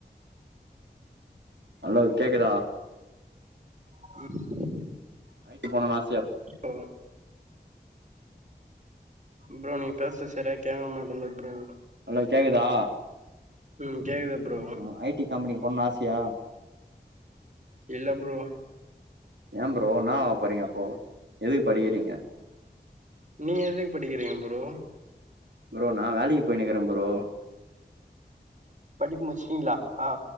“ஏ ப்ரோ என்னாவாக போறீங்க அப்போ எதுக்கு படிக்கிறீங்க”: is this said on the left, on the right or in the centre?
Right